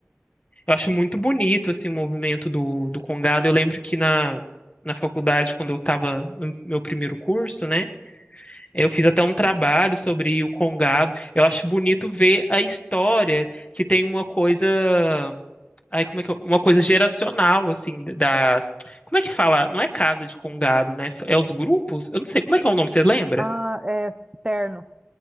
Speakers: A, on the left; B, on the right.
A: Eu acho muito bonito, assim, o movimento do, do congado. Eu lembro que na, na faculdade, quando eu estava no meu primeiro curso, né? Eu fiz até um trabalho sobre o congado. Eu acho bonito ver a história, que tem uma coisa... Ai, como é que eu- Uma coisa geracional, assim, da... Como é que fala? Não é casa de congado, né? É os grupos? Eu não sei. Como é que é o nome, você lembra?
B: Ah, é terno.